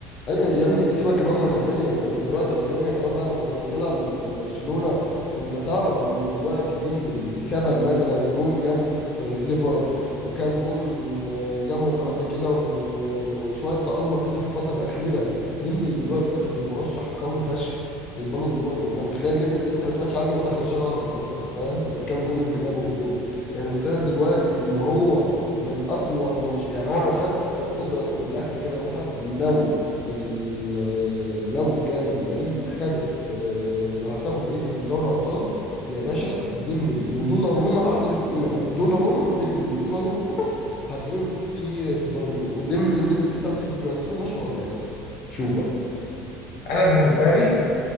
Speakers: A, on the left (about 30°); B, on the left (about 80°).
A: اي أنت- يا ابني سيبك كمان من رافينيا انت دلوقتي رافينيا كمان بعد ما طلع من برشلونة انت تعرف ان دلوقتي ديمبلي بسبب مثلا جون جابه في ليفر وكام جون آه، جابهم قبل كده و- و- وشوية تألق كده في الفترة الأخيرة ديمبلي دلوقتي بمرشح قوي فشخ للبالون دور يعني انت متخيل ديمبلي اللي انت ما سمعتش عنه غير آخر شهر ده مثلا فاهم بالكام جون اللي جابهم دول يعني انت متخيل دلوقتي ان هو من اقوى المرشح يعني هو لو خد بص من الاخر كده يا مدحت لو ال... لو كان باريس خدت آه، لو هتاخد باريس الدوري الابطال يا باشا ديمبلي ودوناروما بقى خد التقيله بقى دوناروما ديمبلي ودوناروما هتلاقيهم توب 3 في البالون دور وديمبلي بنسبه 99% و9 من 10 ولا هيكسبها شوف بقى
B: انا بالنسبه لي